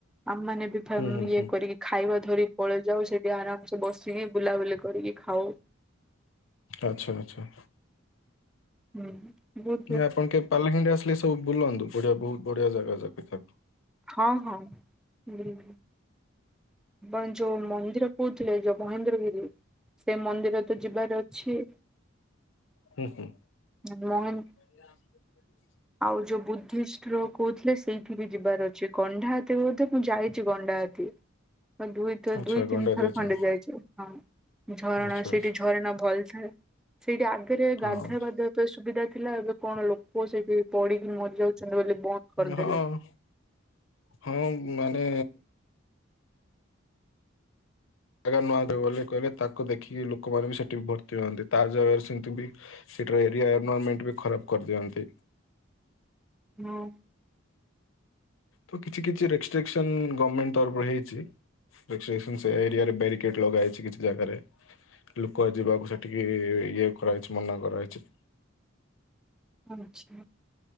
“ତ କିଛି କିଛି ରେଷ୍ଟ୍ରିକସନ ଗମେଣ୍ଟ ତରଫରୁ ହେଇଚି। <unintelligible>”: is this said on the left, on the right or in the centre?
Left